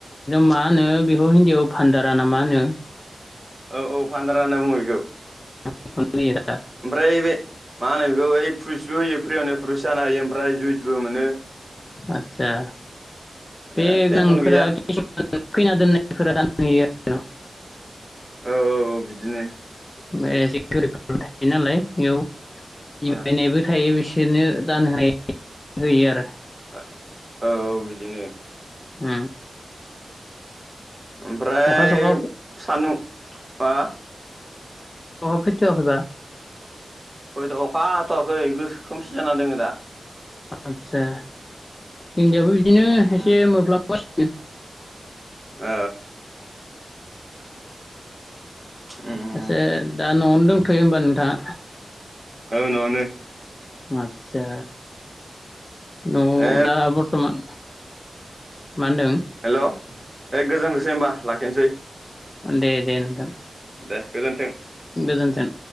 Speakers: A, on the left; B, on the right.
A: मा होनो बिखौ हिन्दीयाव भान्दा राना मा होनो?
B: औ औ भानदारा होनना बुङो बेखौ।
A: बेखौनो होयो दा।
B: ओमफ्राय बे माहोनो गोै फ्रुइ्सबो होयो फ्रियावनो फ्रुइस जानो हायो ओमफ्राय जुइसबो मोनो
A: आतसा बे
B: ए
A: <unintelligible>
B: टेनसन गैया
A: खैना दोननायफोरा दानहैयो आरो ना
B: औ औ औ बिदिनो
A: ओमफ्राय एसे गोरिब <unintelligible> थायो नालाय बेयाव
B: औ
A: <unintelligible> नायबो थायो बिस बिसोरनो दानाय होनाय होयो आरो
B: औ औ बि बिदिनो
A: उम
B: ओमफ्राय
A: अखा सखा
B: सानु बा
A: अखा फैथआखैबा।
B: <unintelligible> अखा हाथवाखै गोसो खोमसि जाना दङो दा
A: आतसा जोंनियाबो बिदिनो
B: उम
A: एसे मोफ्लामगासिनो
B: औ उम
A: सासे दा नआवनो दं फैयो होमबा नोंथाङा
B: औ नआवनो
A: आतसा न
B: ए
A: दा बर्थमान मा होनदों
B: हेलौ ए गोजोनथसै होनबा लाखिनोसै।
A: दे-दे नोंथां।
B: दे गोजोनथों‌।
A: गोजोन्थों।